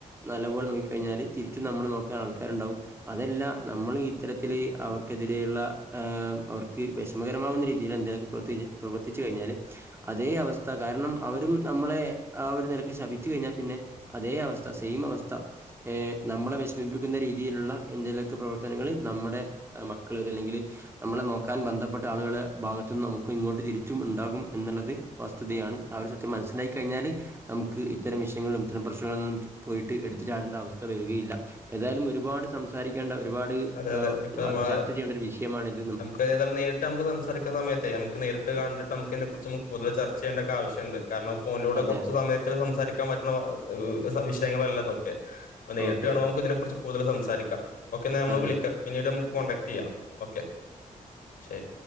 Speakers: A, on the right (about 15°); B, on the left (about 85°).
A: നല്ലപോലെ നോക്കി കയ്ഞ്ഞാല് തിരിച്ചും നമ്മള് നോക്കാനാൾക്കാര്ണ്ടാവും അതെല്ലാ നമ്മള് ഈത്തരത്തില് അവർക്കെതിരെയ്ള്ള ആം അവർക്ക് വെഷമെകെരമാവുന്ന രീതിയിലെന്തേലാെക്കെ പ്രർത്തിച്ച് പ്രവർത്തിച്ച് കയ്ഞ്ഞാല് അതേ അവസ്ഥ കാര്ണം അവ രും നമ്മളെ ആ ഒര് നെലക്ക് ശപിച്ച് കയ്ഞ്ഞാപ്പിന്നെ അതേ അവസ്ഥ സെയിം അവസ്ഥ ഏഹ് നം മ്മളെ വെഷ്മിപ്പിക്കുന്ന രീതിയില്ള്ള എന്തേലൊക്കെ പ്രവർത്തനങ്ങള് നമ്മ്ടെ മക്കള് അതെല്ലെങ്കില് നമ്മളെ നോക്കാൻ ബന്ധപ്പെട്ട ആള്കളെ ഭാഗത്ത്ന്ന് നമുക്കും ഇങ്ങോട്ട് തിരിച്ചും ഇണ്ടാകും എന്ന്ള്ളത് വാസ്തുതിയാണ് അ ആ ഒര് സത്യം മൻസ്സ്ലായ് കയ്ഞ്ഞാല് നമുക്ക് ഇത്തരം വിഷയങ്ങൾലും ഇത്തരം പ്രശ്നങ്ങൾ നിന്നും പോയ്ട്ട് എട്ത്ത് ചാടെണ്ട അവസ്ഥ വര് രുകയില്ല ഏതായാലും ഒരുപാട് സംസാരിക്കേണ്ട ഒരുപാട്
B: അതെ
A: ഏഹ്
B: അതെ ഇപ്പൊ നമ്മള്
A: ചർച്ച ചെയ്യേണ്ട ഒരു വിഷയമാണ്
B: നമുക്ക് ഏതാലും നേരിട്ട് നമുക്ക് സംസാരിക്കുന്ന സമയത്തേ നമ്ക്ക് നേരിട്ട് കണ്ടിട്ട് നമുക്കിതിനെ കുറിച്ചൊന്ന് പൊതുവേ ച ർച്ചെയ്യണ്ടൊക്കെ ആവശ്യണ്ട് കാർണം ഫോൺലൂടെ
A: അതെ
B: കൊർച്ച്
A: അതെ
B: സമയത്ത് സംസാരിക്കാൻ പറ്റുന്ന വ ത് വിഷയങ്ങളല്ല ഇതൊക്കെ പ്പനേരിട്ട്
A: ഓക്കെ
B: കാരണം
A: ഓക്കെ
B: നമുക്കിതിനെ കുറിച്ച് കൂടുതല് സംസാരിക്കാ ഓക്കെന്നാ ഞമ്മള്
A: അതെ
B: വിളിക്കാ പിന്നീട് നമക്ക് കോണ്ടാക്ട് ചെയ്യാ ഓക്കെ ശരി.